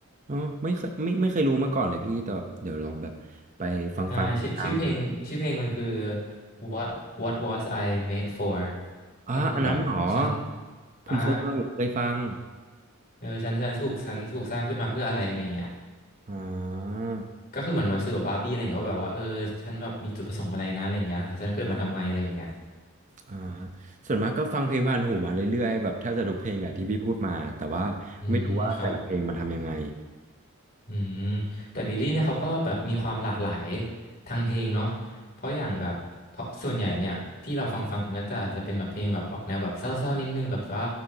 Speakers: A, on the right; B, on the left.
A: อ๋อไม่เคยไม่ไม่เคยรู้มาก่อนเลยพี่แต่แบบเดี๋ยวลองแบบไปฟังฟังตามดู
B: ใช่ชื่อชื่อเพลงชื่อเพลงมันคือ what what was I made for
A: อ๋ออันนั้นเหรอ
B: ก็คือแบบฉัน
A: ผมเคยฟังผมเคยฟัง
B: อ่าเออฉันฉันถูกฉันถูกสร้างขึ้นมาเพื่ออะไรอะไรอย่างเงี้ย
A: อ่า
B: ก็คือเหมือนแบบสื่อกับบาร์บี้อะไรอย่างเงี้ยว่าแบบว่าเออฉันแบบมีจุดประสงค์อะไรนะอะไรอย่างเงี้ยฉันเกิดมาทำไมอะไรอย่างเงี้ย
A: อ่าส่วนมากก็ฟังเพลงผ่านหูมาเรื่อยๆแบบแทบจะทุกเพลงแหละที่พี่พูดมาแต่ว่าไม่รู้ว่าแต่ละเพลงมันทำยังไง
B: อืมครับ อืมแต่บิลลี่เนี่ยเขาก็แบบมีความหลากหลายทางเพลงเนาะเพราะอย่างแบบเพราะส่วนใหญ่เนี่ยที่เราฟังฟังกันก็จะอาจจะเป็นแบบเพลงแบบออกแนวแบบเศร้าๆนิดนึงแบบว่า